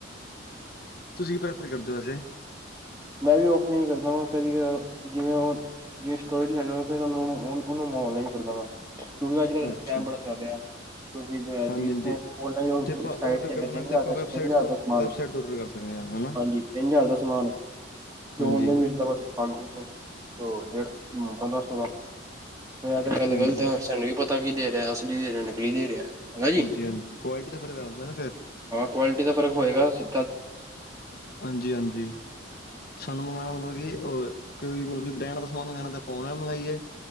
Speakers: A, on the left (about 50°); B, on the right (about 15°).
A: ਤੁਸੀਂ ਪ੍ਰੈਫਰ ਕਰਦੇ ਹੋ ਵੈਸੇ
B: ਮੈਂ ਵੀ ਔਫ ਨਹੀਂ ਕਰਦਾ ਵਾ ਕਦੀ ਕ ਜਿਵੇਂ ਉਹ ਜਿਵੇਂ ਸਟੋਰੇ ਲੈ ਲ ਮ ਫਿਰ ਉਹਨਾਂ ਨੂੰ ਉਹਨੂੰ ਮੈਂ ਔਨਲਾਈਨ ਕਰਦਾ ਵਾਂ ਕਿਉਂਕਿ ਅੱਜ ਕੱਲ
A: ਅੱਛਾ
B: ਸਕੈਮ ਬੜਾ ਜ਼ਿਆਦਾ ਆ। ਤੁਸੀਂ
A: ਹਾਂਜੀ ਹਾਂਜੀ
B: ਔਨਲਾਈਨ
A: ਅਤੇ ਆਪਾਂ
B: ਸਾਈਟ
A: ਔਡਰ
B: ਤੇ
A: ਕਰਨਾ
B: ਆ ਤਿੰਨ
A: ਤਾਂ
B: ਹਜ਼ਾਰ
A: ਆਪਾਂ
B: ਦਾ
A: ਵੈੱਬਸਾਈਟ
B: ਤਿੰਨ ਹਜ਼ਾਰ
A: ਤੋਂ
B: ਦਾ ਸਮਾਨ,
A: ਵੈੱਬਸਾਈਟ ਤੋਂ ਔਡਰ ਕਰ ਸਕਦੇ ਹਾਂ ਹੈ ਨਾ
B: ਹਾਂਜੀ ਤਿੰਨ ਹਜ਼ਾਰ ਦਾ ਸਮਾਨ ਤੇ
A: ਹਾਂਜੀ
B: ਓਨਲਈਨ ਮਿਲਦਾ ਬਸ ਪੰਜ ਸ ਦਿ ਡੇਢ ਪੰਦਰਾਂ ਸੋਲਾਂ ਹੋ ਤਾਂ ਗੱਲ
A: ਹਾਂਜੀ
B: ਗਲਤ ਹੈ ਸਾਨੂੰ ਵੀ ਪਤਾ ਕੀ ਦੇ ਅ ਨਿਕਲੀ ਦੇ ਰਿਹਾ ਹੈਨਾ ਜੀ
A: ਹਾਂਜੀ-ਹਾਂਜੀ। ਗਆਲਿਟੀ ਤਾਂ ਫਿਰ ਕਰ ਆਦਾ ਨਾ ਫਿਰ
B: ਹਾਂ ਕੁਆਲਿਟੀ ਦਾ ਹੋਏਗਾ ਸੀ
A: ਹਾਂਜੀ-ਹਾਂਜੀ। ਸਾਨੂੰ ਮੰਗਵਾਉਣਾ ਮਤਲਬ ਕਿ ਉਹ ਕੋਈ ਮਤਲਬ ਬ੍ਰੈਂਡ ਦਾ ਸਮਾਨ ਮੰਗਉਣਾ ਆਪ ਮੰਗਈਏ